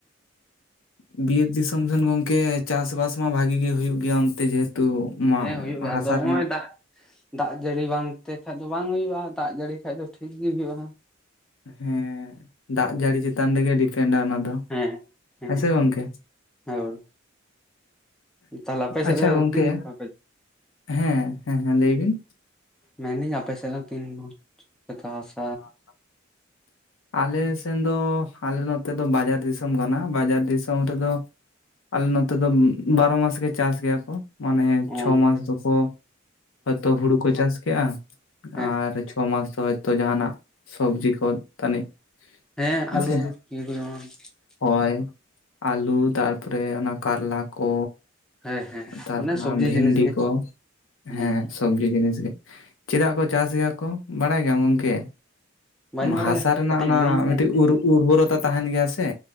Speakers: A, on the left; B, in the centre.
A: ᱵᱤᱨ ᱫᱤᱥᱚᱢ ᱥᱮᱱ ᱜᱚᱢᱠᱮ, ᱪᱟᱥᱵᱟᱥ ᱢᱟ ᱵᱷᱟᱜᱮ ᱜᱮ ᱦᱩᱭᱩᱜ ᱜᱮᱭᱟ ᱚᱱᱛᱮ ᱡᱮᱦᱮᱛᱩ ᱢᱟ
B: ᱦᱮᱸ ᱦᱩᱭᱩᱜ ᱜᱮᱭᱟ
A: ᱦᱟᱥᱟ
B: ᱟᱫᱚ ᱱᱚᱜᱼᱚᱭ
A: ᱨᱮᱱᱟᱜ
B: ᱫᱟᱜ ᱫᱟᱜ ᱡᱟᱹᱲᱤ ᱵᱟᱝ ᱛᱮ ᱠᱷᱟᱡ ᱫᱚ ᱵᱟᱝ ᱦᱩᱭᱩᱜᱼᱟ ᱫᱟᱜ ᱡᱟᱹᱲᱤ ᱠᱷᱟᱡ ᱫᱚ ᱴᱷᱤᱠ ᱜᱮ ᱦᱩᱭᱩᱜᱼᱟ ᱾
A: ᱦᱮᱸᱻ ᱫᱟᱜ ᱡᱟᱹᱲᱤ ᱪᱮᱛᱟᱱ ᱨᱮᱜᱮ ᱰᱤᱯᱮᱱᱰᱟ ᱚᱱᱟ ᱫᱚ
B: ᱦᱮᱸ ᱮᱸ ᱦᱮᱸ
A: ᱥᱮ ᱜᱚᱝᱠᱮ
B: ᱦᱮᱸ ᱦᱚ ᱛᱟᱞᱦᱮ ᱟᱯᱮ ᱥᱮᱫ
A: ᱟᱪᱪᱷᱟ
B: ᱫᱚ
A: ᱜᱚᱝᱠᱮ
B: ᱛᱤᱱ ᱫᱷᱟᱣ ᱯᱮ
A: ᱦᱮᱸ ᱦᱮᱸ ᱦᱮᱸ ᱞᱟᱹᱭ ᱵᱤᱱ
B: ᱢᱮᱱᱧ ᱟᱯᱮ ᱥᱮ ᱛᱤᱱ <unintelligible>
A: <inaudible> ᱟᱞᱮ ᱥᱮᱱ ᱫᱚ, ᱟᱞᱮ ᱱᱚᱛᱮ ᱫᱚ ᱵᱟᱡᱟᱨ ᱫᱤᱥᱚᱢ ᱠᱟᱱᱟ ᱵᱟᱡᱟᱨ ᱫᱤᱥᱚᱢ ᱨᱮᱫᱚ, ᱟᱞᱮ ᱱᱚᱛᱮ ᱫᱚ ᱵᱟᱨᱚ ᱢᱟᱥ ᱜᱮ ᱪᱟᱥ ᱜᱮᱭᱟ ᱠᱚ᱾ ᱢᱟᱱᱮ ᱪᱷᱚ
B: ᱚ
A: ᱢᱟᱥ ᱫᱚᱠᱚ ᱦᱭᱛᱚ ᱦᱩᱲᱩ ᱠᱚ ᱪᱟᱥ ᱠᱮᱜᱼᱟ,
B: ᱦᱮᱸ
A: ᱟᱨ ᱪᱷᱚ ᱢᱟᱥ ᱫᱚ ᱦᱚᱭᱛᱚ ᱡᱟᱦᱟᱱᱟᱜ ᱥᱚᱵᱽᱡᱤ ᱠᱚ ᱛᱟᱹᱱᱤᱡ
B: ᱦᱮᱸ
A: ᱦᱮᱸᱥᱮ
B: ᱟᱞᱩ <unintelligible>
A: ᱦᱚᱭ ᱟᱹᱞᱩ ᱛᱟᱨ ᱯᱚᱨᱮ ᱚᱱᱟ ᱠᱟᱨᱞᱟ ᱠᱚ
B: ᱦᱮᱸ ᱦᱮᱸ
A: ᱛᱟᱨ
B: ᱚᱱᱮ
A: ᱯᱚᱨᱮ ᱱᱟᱣᱟ
B: ᱥᱚᱵᱽᱡᱤ
A: ᱵᱷᱮᱱᱰᱤ
B: ᱡᱤᱱᱤᱥ ᱜᱮ
A: ᱠᱚ
B: ᱦᱩᱸ
A: ᱦᱮᱸ ᱥᱚᱵ ᱡᱤ ᱡᱤᱱᱤᱥ ᱜᱮ ᱪᱮᱫᱟᱜ ᱠᱚ ᱪᱟᱥ ᱜᱮᱭᱟ ᱠᱚ ᱵᱟᱲᱟᱭ ᱜᱮᱟᱢ ᱜᱚᱝᱠᱮ
B: ᱵᱟᱹᱧ
A: ᱢᱟ
B: ᱵᱟᱲᱟᱭᱟ
A: ᱦᱟᱥᱟ ᱨᱮᱱᱟᱜ
B: ᱠᱟᱹᱴᱤᱡ
A: ᱚᱱᱟ
B: ᱞᱟᱹᱭᱟᱹᱧ
A: ᱢᱤᱴᱤᱡ
B: ᱢᱮ
A: ᱩᱨ ᱩᱨᱵᱚᱨᱚᱛᱟ ᱛᱟᱦᱮᱱ ᱜᱮᱭᱟ ᱥᱮ